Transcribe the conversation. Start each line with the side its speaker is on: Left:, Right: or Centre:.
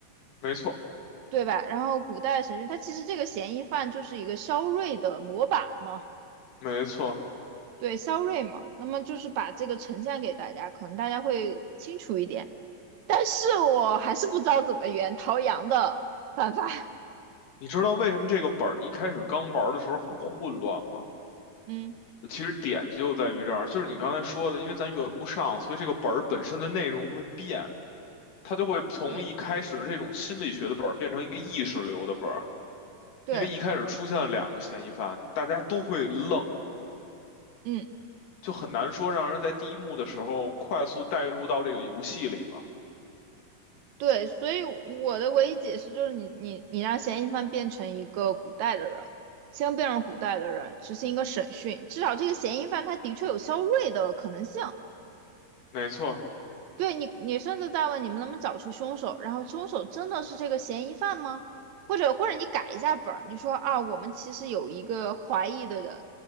Left: 没错，
Right: 对吧？然后古代审讯，他其实这个嫌疑犯就是一个肖瑞的模板嘛，
Left: 没错。
Right: 对，肖瑞嘛。那么就是把这个呈现给大家，可能大家会清楚一点。但是我还是不知道怎么圆陶阳的办法。<laughs>
Left: 你知道为什么这个本儿一开始刚玩的时候很混乱吗？
Right: 嗯，
Left: 其实点就在于这儿，就是你刚才说的，因为咱圆不上，所以这个本儿本身的内容会变，它就会从一开始这种心理学的本儿变成一个意识流的本儿，
Right: 对对，
Left: 因为一开始出现了两个嫌疑犯，大家都会愣，
Right: 嗯
Left: 就很难说让人在第一幕的时候快速带入到这个游戏里嘛。
Right: 对，所以我的唯一解释就是你你你让嫌疑犯变成一个古代的人，先变成古代的人，执行一个审讯，至少这个嫌疑犯他的确有肖瑞的可能性。
Left: 没错，
Right: 对你，你甚至在问你们能不能找出凶手，然后凶手真的是这个嫌疑犯吗？或者或者你改一下本儿，你说啊，我们其实有一个怀疑的人，